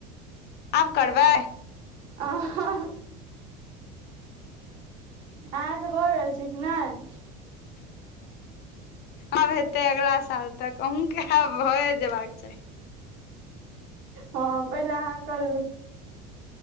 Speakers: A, on the left; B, on the right.
A: आब करबै
B: अहह अहाँ के भऽ गैल छै कि नइ
A: आब हेतै अगला साल तक अहूँ के आब भए जेयबाक चाही
B: हँ पहिले अहाँ करू